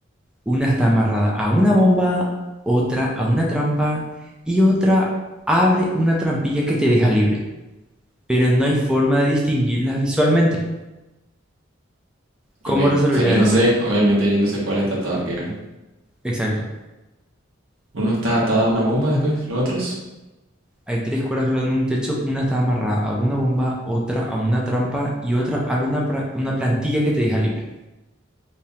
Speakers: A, in the centre; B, on the right.
A: Una está amarrada a una bomba, otra a una trampa y otra abre una trampilla que te deja libre. pero no hay forma de distinguirlas visualmente. ¿Cómo
B: ok.
A: resolverías
B: O sea, yo no
A: eso?
B: sé, obviamente yo no sé cuál está atado a qué, ¿verdad?
A: Exacto.
B: Uno está atado a una bomba después, los otros.
A: Hay tres cuerdas colgando en un techo, una está amarrada a una bomba, otra a una trampa y otra abre una, pra- una plantilla que te deja libre.